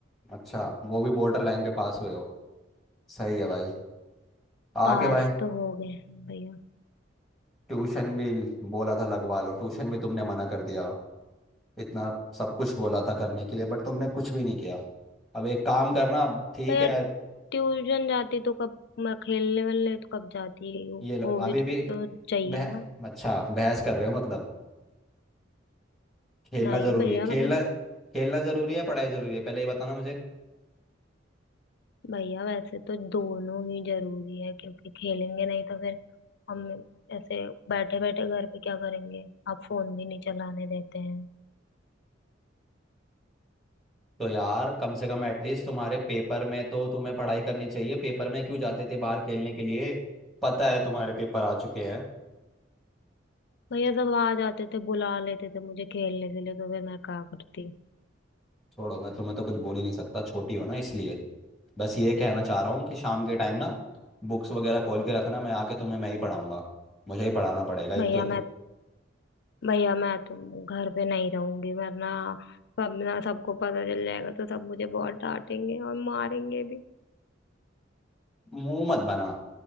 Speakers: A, in the centre; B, on the left.
A: अच्छा वो भी बॉर्डर लाइन पे पास हुए हो सही है भाई आगे
B: पास
A: भाई
B: तो हो गए हैं भैया
A: ट्यूशन भी बोला था लगवा लो ट्यूशन भी तुमने मना कर दिया इतना सब कुछ बोला था करने के लिए बट तुमने कुछ भी नहीं किया अब एक काम करना अब ठीक
B: भैया
A: है
B: ट्यूशन जाती तो कब मैं खेलने वेलने तो कब जाती हूँ
A: ये लो
B: वो भी
A: अभी भी
B: तो चाहिए
A: बह
B: ना
A: अच्छा बहस कर रहे हो मतलब खेलना
B: नहीं
A: जरूरी
B: भैया
A: है
B: मतलब
A: खेलना
B: मैं
A: खेलना जरूरी है पढ़ाई जरूरी है पहले ये बताना मुझे
B: भैया वैसे तो दोनों ही जरूरी है क्योंकि खेलेंगे नहीं तो फिर हम ऐसे बैठे बैठे घर पे क्या करेंगे आप फोन भी नहीं चलाने देते हैं
A: तो यार कम से कम एटलीस्ट तुम्हारे पेपर में तो तुम्हें पढ़ाई करनी चाहिए पेपर में क्यों जाते थे बाहर खेलने के लिए पता है तुम्हारे पेपर आ चुके हैं
B: भैया सब आ जाते थे बुला लेते थे मुझे खेलने के लिए तो फिर मैं क्या करती
A: छोड़ो मैं तुम्हें तो कुछ बोल ही नहीं सकता छोटी हो ना इसलिए बस ये कहना चाह रहा हूँ कि शाम के टाइम ना बुक्स वगैरह खोल के रखना मैं आके तुम्हें मैं ही पढ़ाऊंगा मुझे ही पढ़ाना पड़ेगा एक
B: भैया
A: तो इतनी
B: मैं भैया मैं तो घर पे नहीं रहूंगी वरना सब ना सबको पता चल जाएगा तो सब मुझे बहुत डांटेंगे और मारेंगे भी
A: मुंह मत बना